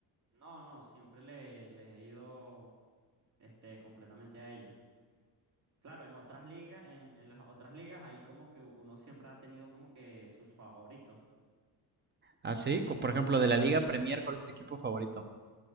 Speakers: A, on the right; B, on the right.
A: No, no, siempre le, les he ido este, completamente a ellos. Claro, en otras ligas, en, en las otras ligas, ahí como que uno siempre ha tenido como que sus favoritos.
B: Ah, sí, Co- por ejemplo, de la Liga Premier, ¿cuál es tu equipo favorito?